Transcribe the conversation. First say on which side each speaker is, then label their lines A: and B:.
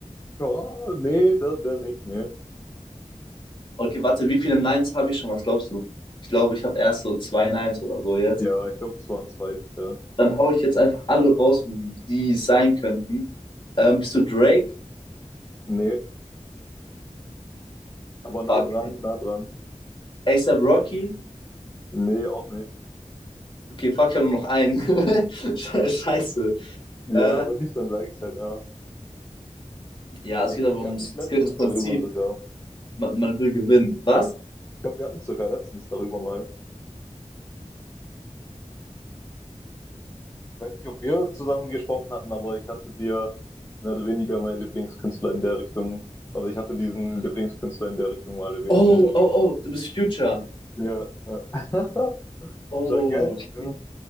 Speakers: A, on the left (about 20°); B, on the left (about 40°).
A: Ja, nee, der, der nicht, nee.
B: Okay, warte, wie viele Nines habe ich schon? Was glaubst du? Ich glaube, ich habe erst so zwei Nines oder so jetzt.
A: Ja, ich glaube, es waren zwei bisher.
B: Dann hau ich jetzt einfach alle raus, die es sein könnten. Ähm, bist du Drake?
A: Nee, Aber nah
B: Fuck.
A: dran, nah dran.
B: ASAP Rocky?
A: Nee, auch nicht.
B: Okay, fuck, ich habe nur noch einen. <laughs> Sche- Scheiße.
A: Ja,
B: Äh,
A: wenn nicht, dann sage ich es halt, ja.
B: ja, es
A: Ich
B: geht
A: glaube,
B: aber ums,
A: wir hatten es letztens
B: es geht ums Prinzip.
A: darüber sogar.
B: Man, man will gewinnen. Was?
A: Ich glaube, wir hatten es sogar letztens darüber mal. Ich weiß nicht, ob wir zusammen gesprochen hatten, aber ich hatte dir mehr oder weniger meinen Lieblingskünstler in der Richtung, oder ich hatte diesen Lieblingskünstler in der Richtung mal erwähnt.
B: Oh, oh, oh, du bist Future.
A: Ja, ja. <laughs>
B: Oh,
A: Sehr geil.
B: okay.
A: Ja.